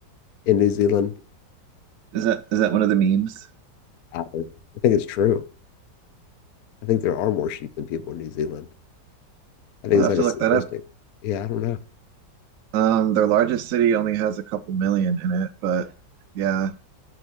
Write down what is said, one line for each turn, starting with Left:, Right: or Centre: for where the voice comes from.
Left: in New Zealand?
Right: Is that is that one of the memes?
Left: I, don't know. I think it's true. I think there are more sheep than people in New Zealand. I think
Right: I'll
Left: it's
Right: have
Left: like
Right: to
Left: a
Right: look
Left: statistic.
Right: that up.
Left: Yeah, I don't know.
Right: Um, their largest city only has a couple million in it, but yeah,